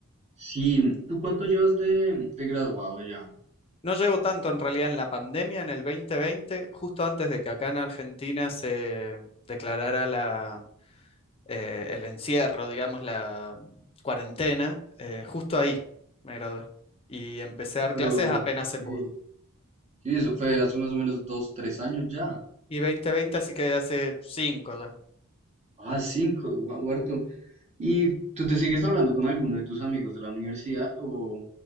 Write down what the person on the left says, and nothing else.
No llevo tanto en realidad en la pandemia, en el 2020, justo antes de que acá en Argentina se declarara la eh, el encierro, digamos, la cuarentena, eh, justo ahí me gradué. Y empecé a dar
clases apenas
se pudo.
Y 2020, así que hace cinco ya.